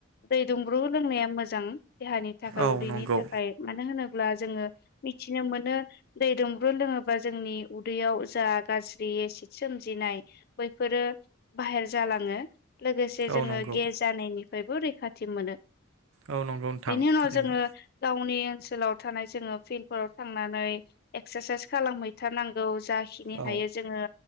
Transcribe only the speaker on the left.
दै दुंब्रु लोंनाया मोजां। देहानि थाखाय
उदैनि
थाखाय मानो होनोब्ला जोङो मिथिनो मोनो दै दुंब्रु लोङोबा जोंनि उदैयाव जा गाज्रि एसिद सोमजिनाय बैफोरो बाहेर जालाङो लोगोसे जोङो
गे जानायनिफ्रायबो रैखाथि मोनो‌
बेनि उनाव
जोङो गाव गावनि ओनसोलाव थानाय जोङो फिल फोराव थांनानै एक्सारसाइस खालामहैथारनांगौ। जाखिनि
हायो जोङो